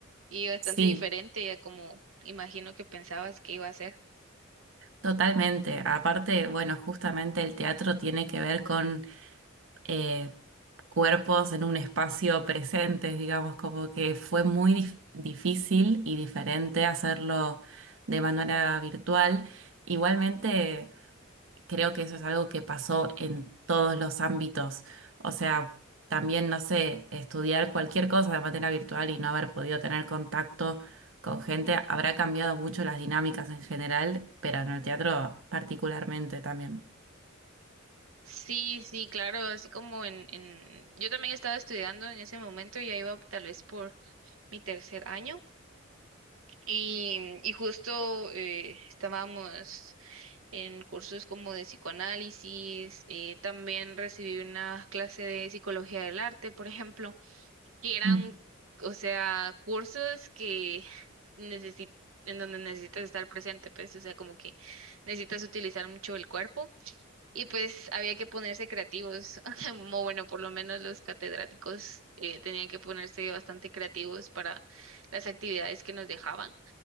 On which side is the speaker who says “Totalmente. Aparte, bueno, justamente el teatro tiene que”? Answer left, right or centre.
Right